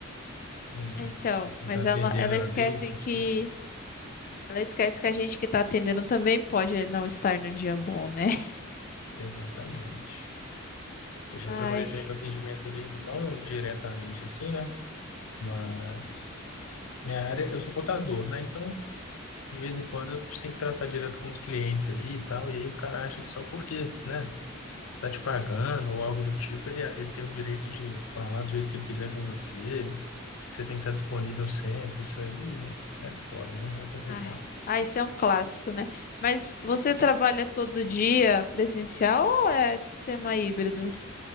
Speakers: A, on the left; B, on the left.
A: com
B: Então,
A: quem
B: mas
A: está atendendo
B: ela ela
A: ali,
B: esquece
A: o que
B: que
A: for.
B: ela esquece que a gente que tá atendendo também pode não estar no dia bom, né? <laughs>
A: Exatamente. Eu já
B: Ai.
A: trabalhei também com atendimento ali, não diretamente assim, né? Mas Minha área, eu sou contador, né? Então, de vez em quando, eu tenho que tratar direto com os clientes aí e tal. E aí o cara acha que só porque, né, tá te pagando ou algo do tipo, ele, ele tem o direito de falar do jeito que ele quiser com você. Você tem que estar disponível sempre. Isso aí né, é foda, né? É complicado.
B: Ai, ah, esse é um clássico, né? Mas você trabalha todo dia presencial ou é sistema híbrido?